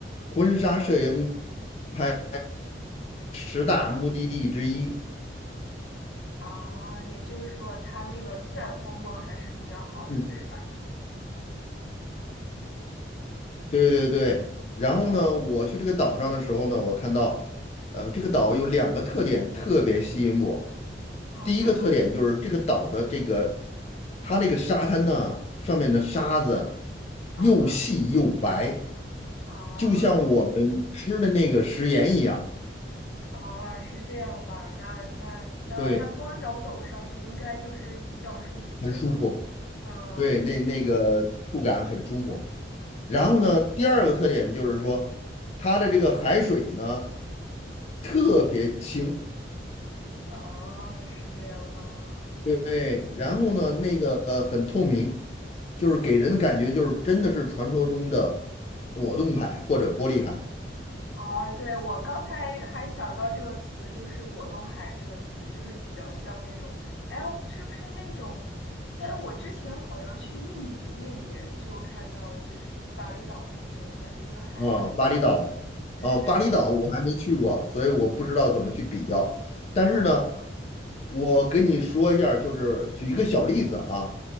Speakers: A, on the left; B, on the left.
A: 婚纱摄影拍十大目的地之一。
B: 啊，也就是说它那个自然风光还是比较好的，
A: 嗯，
B: 对吧？
A: 对对对。然后呢，我去这个岛上的时候呢，我看到，呃，这个岛有两个特点特别吸引我。
B: 啊哈
A: 第一个特点就是这个岛的这个它那个沙滩呢，上面的沙子
B: 啊哈
A: 又细又白，
B: 啊
A: 就像我们吃的那个食盐一样。
B: 啊，是这样吧？那那那那光脚走上去应该就是比较舒服，
A: 对，很舒服，
B: 对吧？啊，
A: 对，
B: 是这样，
A: 那那个触感很舒服。然后呢，第二个特点就是说，它的这个海水呢特别清，
B: 啊，是这样吧？
A: 对，对。然后呢那个呃很透明，就是给人的感觉就是真的是传说中的果冻海或者玻璃海
B: 啊，对，我刚才还想到这个词，就是“果冻海”这个词，就是比较像那种，哎，是不是那种？在我之前好像去印尼那边就看到，就是巴厘岛那边，我感觉那个海是很……
A: 啊，巴厘岛啊，
B: 对对对，
A: 巴厘岛我还没去过，所以我不知道怎么去比较。但是呢，
B: 嗯嗯，
A: 我跟你说一下就是举一个小例子啊，